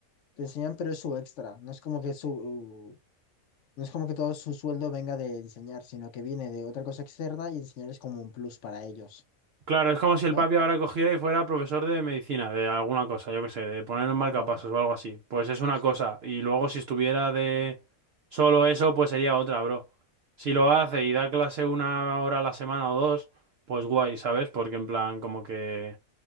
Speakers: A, on the left (about 65°); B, on the right (about 65°).
A: te enseñan, pero es su extra. No es como que su, no es como que todo su sueldo venga de enseñar, sino que viene de otra cosa externa y enseñar es como un plus para ellos,
B: Claro, es como si el
A: ¿no?
B: papi ahora cogiera y fuera profesor de medicina, de alguna cosa, yo qué sé, de poner un
A: Claro,
B: marcapasos o algo así. Pues es una
A: sí,
B: cosa. Y luego si estuviera de solo eso, pues sería otra, bro. Si lo hace y da clase una hora a la semana o dos, pues guay, ¿sabes? Porque en plan, como que...